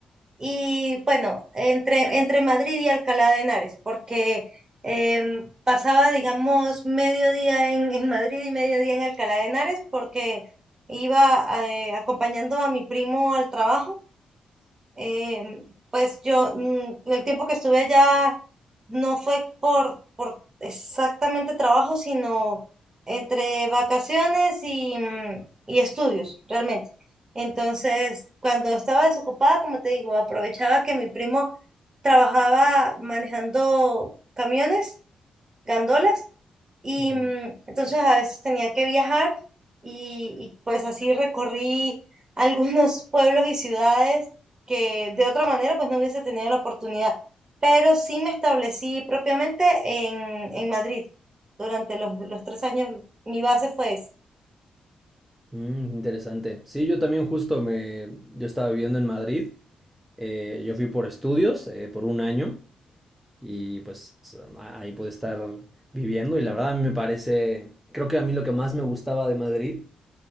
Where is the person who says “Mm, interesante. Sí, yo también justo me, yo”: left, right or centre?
Centre